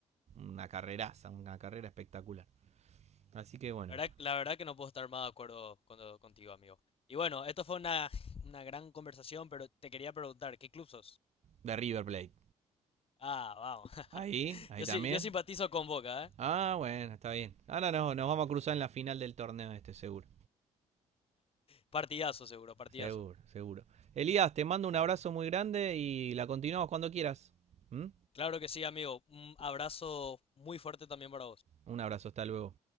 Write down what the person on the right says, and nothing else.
una carreraza, una carrera espectacular. Así que bueno,
de River Plate.
Ahí, ahí
también.
Ah, bueno, está bien. Ahora no, nos vamos a cruzar en la final del torneo este, seguro.
Seguro, seguro. Elías, te mando un abrazo muy grande y la continuamos cuando quieras. ¿Mm?
Un abrazo, hasta luego.